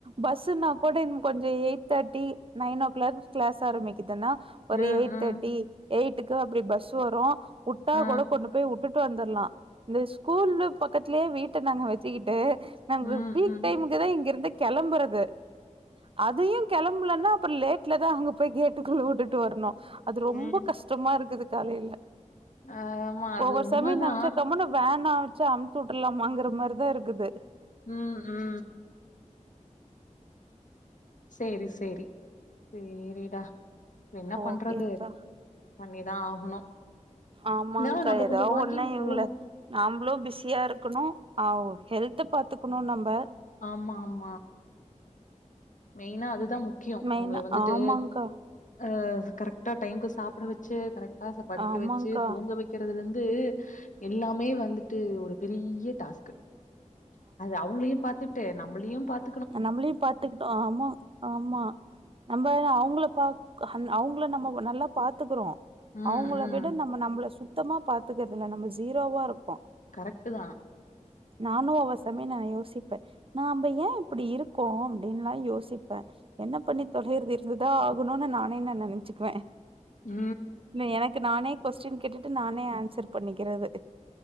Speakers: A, on the right; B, on the left.
A: பஸ்ஸுன்னா கூட இன் கொஞ்சோ eight thirty nine o'clock class ஆரம்பிக்குதுனா ஒரு
B: ம் ம்
A: எயிட் தர்ட்டி
B: ம்
A: எய்ட்டுக்கு அப்டி பஸ் வரு உட்டா
B: ஆ
A: கூட கொண்டு போய் உட் விட்டுட்டு வந்துட்லா இந்த ஸ்கூலு பக்கத்துலயே வீட்ட நாங்க வச்சுக்கிட்டு நம்ப
B: ம்
A: பீக்
B: ம்
A: டைமுக்கு தா இங்கிருந்து கெளம்புறது அதயு கெளம்லனா அப்றோ லேட்ல தா அங்க போய் கேட்டுக்குள்ள விட்டுட்டு வரணு அது ரொம்ப
B: ம்
A: கஷ்டமா இருக்குது காலைல
B: ஆமா அது
A: ஒவ்வொரு
B: உண்மதா
A: சமய நெனச்சா கம்முனு வேன் ஆச்சு அமுச்சு விட்ரலாமாங்குற மார்தா இருக்குது
B: ம் ம் செரி செரி சேரிடா என்ன
A: ஓகேங்க்கா
B: பண்றது பண்ணிதா ஆகணு
A: ஆமாங்க்கா
B: இருந்தாலு நம்ம
A: எதாது
B: கொஞ்சோ வாக்கிங்
A: ஒன்னு இவங்கள
B: போணு
A: நாம்ளு பிஸியா இருக்கணு அ உ ஹெல்த பாத்துக்கணு நம்ப
B: ஆமா ஆமா மெயினா அதுதா முக்கிய
A: மெயினா
B: அவங்கள வந்துட்டு
A: ஆமாங்க்கா
B: ஆ கரெக்டா டைமுக்கு சாப்ட வச்சு கரெக்டா படிக்க
A: ஆமாங்க்கா
B: வச்சு தூங்க வைக் வக்கிறதுலருந்து எல்லாமே வந்துட்டு ஒரு பெரிய டாஸ்க்கு அது அவங்களையு பாத்துட்டு நம்மளயு பாத்
A: நம்மளயு பாத்துக்கிட்டோ ஆமா ஆமா நம்ம அவங்கள பாக் அவங்கள நம்ம நல்லா பாத்துக்குறோ
B: ம்
A: அவங்கள
B: ம்
A: விட நம்ம நம்மள சுத்தமா பாத்துக்குறதுல நம்ம ஜீரோவா இருப்போ
B: கரெக்ட்டு தா
A: நானு ஒவ்வொரு சமய நா யோசிப்ப நாம்ப ஏ இப்டி இருக் கோ அப்டின்லா யோசிப்ப என்ன பண்ணி தொலையுறது இது தா ஆகணுனு நானே நா நெனச்சுக்குவ
B: ம்
A: இல்ல எனக்கு நானே கொஸ்டின் கேட்டுட்டு நானே ஆன்சர் பண்ணிக்கிறது